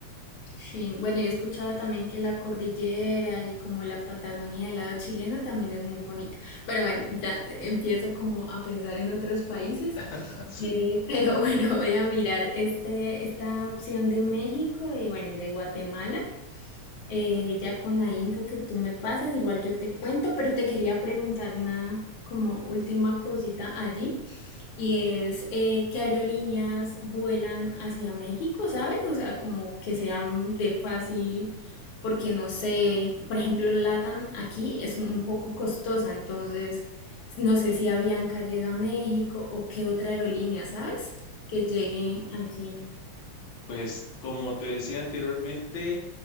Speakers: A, on the left; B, on the left.
A: Sí, bueno, yo he escuchado también que la cordillera y como la Patagonia del lado chileno también es muy bonita. Pero bueno, ya empiezo como a pensar en otros países.
B: <laughs> Sí.
A: Eh, pero <laughs> bueno, voy a mirar este, esta opción de México y bueno, y de Guatemala. Eh, ya con la info que tú me pases, igual yo te cuento, pero te quería preguntar una como última cosita allí. Y es eh, qué aerolíneas vuelan hacia México, ¿sabes? O sea, como que sean de fácil, porque no sé, por ejemplo, Latam aquí es un poco costosa, entonces no sé si Avianca llega a México o qué otra aerolínea, ¿sabes? Que llegue allí.
B: Pues como te decía anteriormente,